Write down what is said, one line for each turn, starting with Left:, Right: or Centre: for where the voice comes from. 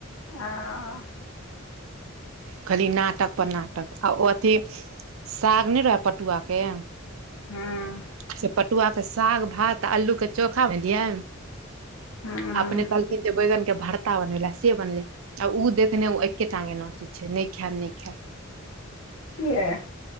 Left: आउ।
Right: खली नाटक पर नाटक, आ ओ अथी साग नहि रेहत पटुआके।
Left: हूँ।
Right: से पटुआके साग -भात आल्लूके चोखा भेलिये।
Left: हँ
Right: अपने काहलखीन जे बैगन के भर पत्ता बनबेला से बनलै आ ऊ देखने ओ एके टागे नोचै छै नय खैब, नय खैब।
Left: <unintelligible> किए?